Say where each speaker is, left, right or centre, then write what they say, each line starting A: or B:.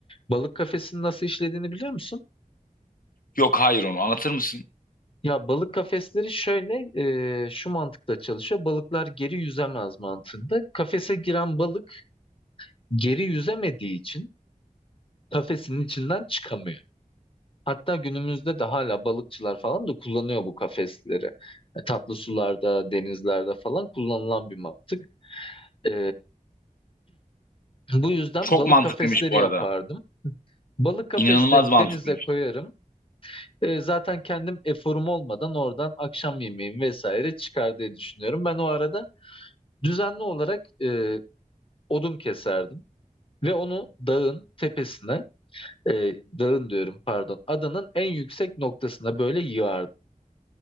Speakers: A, on the left; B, on the left.
A: Balık kafesinin nasıl işlediğini biliyor musun?
B: Yok hayır onu anlatır mısın?
A: Ya balık kafesleri şöyle e, şu mantıkla çalışıyor. Balıklar geri yüzemez mantığında. Kafese giren balık geri yüzemediği için kafesinin içinden çıkamıyor. Hatta günümüzde de hala balıkçılar falan da kullanıyor bu kafesleri. E, Tatlı sularda, denizlerde falan kullanılan bir mantık. E, bu yüzden
B: Çok
A: balık
B: mantıklıymış
A: kafesleri
B: bu
A: yapardım.
B: arada.
A: Balık kafeslerini
B: İnanılmaz mantıklıymış.
A: denize koyarım. E, zaten kendim eforum olmadan oradan akşam yemeğim vesaire çıkar diye düşünüyorum. Ben o arada düzenli olarak e, odun keserdim. Ve onu dağın tepesine, e, dağın diyorum pardon, adanın en yüksek noktasına böyle yığardım.